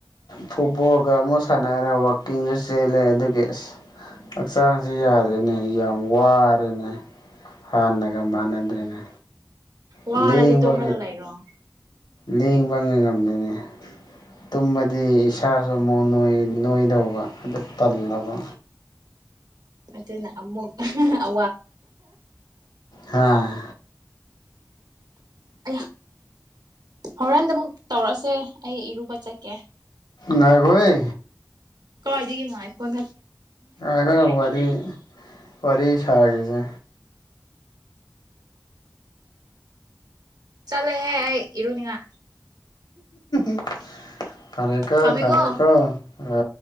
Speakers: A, on the left; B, on the right.
A: ꯐꯨꯠꯕꯣꯜꯒ ꯑꯃꯨꯛ ꯁꯥꯟꯅꯔꯦ ꯋꯥꯛꯀꯤꯡꯁꯨ ꯆꯦꯜꯂꯦ ꯑꯗꯨꯒꯤ ꯑ ꯍꯛꯆꯥꯡꯁꯨ ꯌꯥꯗ꯭ꯔꯦꯅꯦ ꯌꯥꯝ ꯋꯥꯔꯦꯅꯦ ꯍꯥꯟꯅꯒ ꯃꯥꯟꯅꯗ꯭ꯔꯦꯅꯦ
B: ꯋꯥꯔꯗꯤ
A: ꯂꯦꯡꯕ
B: ꯇꯣꯡꯉꯡꯂꯒ ꯂ ꯍꯥꯏꯔꯣ ꯍ
A: ꯂꯦꯡꯕ ꯉꯉꯝꯗꯣꯏꯅꯦ ꯇꯨꯝꯃꯗꯤ ꯏꯁꯥꯁꯨ ꯑꯃꯨꯛ ꯅꯣꯏꯗꯧꯕ ꯑꯗꯨ ꯇꯜꯂꯕ
B: ꯃꯅ ꯑꯃ ꯑ
A: ꯍꯥꯥ
B: ꯑꯩ ꯍꯣꯔꯦꯟꯗ ꯑꯃꯨꯛ ꯇꯧꯔꯛꯁꯦ ꯑꯩ ꯏꯔꯨꯕ ꯆꯠꯀꯦ
A: ꯉꯈꯣꯏ
B: ꯀꯣꯗꯤꯒꯦ ꯉꯥꯏ ꯐꯣꯟ
A: ꯑꯒ ꯋꯥꯔꯤ ꯋꯥꯔꯤ ꯁꯥꯒꯁ
B: ꯆꯂꯦ ꯍꯦ ꯏꯔꯅꯤꯉ
A: <inaudible> ꯊꯔꯦ ꯀꯣ
B: ꯊꯝꯃꯦꯀꯣ
A: ꯊꯃꯦꯀꯣ ꯑ